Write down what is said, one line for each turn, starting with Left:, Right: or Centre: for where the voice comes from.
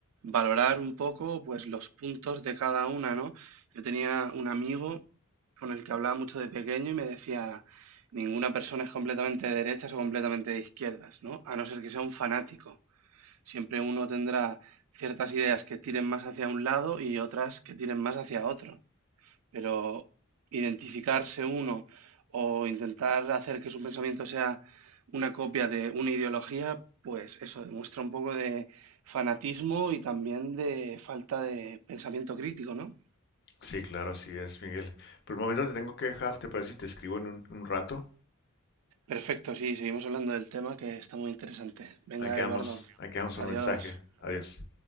Right: valorar un poco pues los puntos de cada una, ¿no? Yo tenía un amigo con el que hablaba mucho de pequeño y me decía, ninguna persona es completamente de derechas o completamente de izquierdas, ¿no? A no ser que sea un fanático. Siempre uno tendrá ciertas ideas que tiren más hacia un lado y otras que tiren más hacia otro. Pero identificarse uno o intentar hacer que su pensamiento sea una copia de una ideología, pues eso demuestra un poco de fanatismo y también de falta de pensamiento crítico, ¿no?
Left: Sí, claro, así es, Miguel. Por el momento te tengo que dejar, ¿te parece si te escribo en un, un rato?
Right: Perfecto, sí, seguimos hablando del tema que está muy interesante. Venga,
Left: Aquí vamos,
Right: Eduardo,
Left: aquí vamos por
Right: adiós.
Left: mensaje. Adiós.